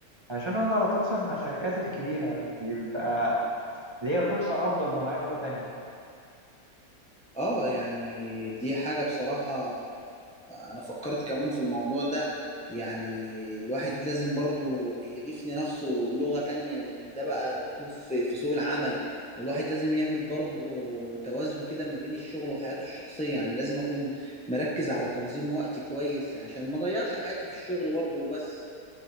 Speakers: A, on the right; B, in the centre.
A: عشان أقدر أتواصل مع الشركات الكبيرة يبقى ليا فرصة أفضل لو معايا لغة تانية
B: اه يعني دي حاجة بصراحة انا فكرت كمان في الموضوع ده يعني الواحد لازم برضو يضيف لنفسه لغة تانية لان ده بقى مطلوب في في سوق العمل والواحد لازم يعمل برضو توازن كده ما بين الشغل وحياته الشخصية يعني لازم اكون مركز على تنظيم وقتي كويس عشان ما اضيعش حياتي في الشغل برضو بس